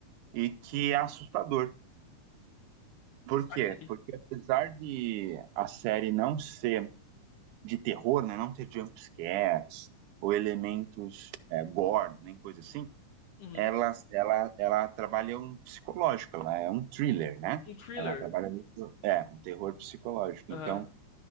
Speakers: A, on the right; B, on the left.
A: e que é assustador. Por
B: Saquei.
A: quê? Porque apesar de a série não ser de terror, né, não ter jumpscares ou elementos é, gore, nem coisa assim,
B: Uhum.
A: ela, ela, ela trabalha um psicológico, ela é um thriller, né?
B: Um thriller.
A: Ela trabalha muito, é, um terror psicológico.
B: Aham.
A: Então,